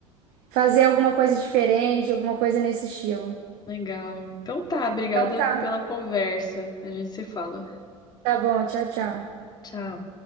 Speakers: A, on the right (about 50°); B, on the left (about 20°).
A: fazer alguma coisa diferente, alguma coisa nesse estilo.
B: Legal. Então tá, obrigada
A: Então tá,
B: pela conversa. A gente se fala.
A: tá bom, tchau, tchau.
B: Tchau.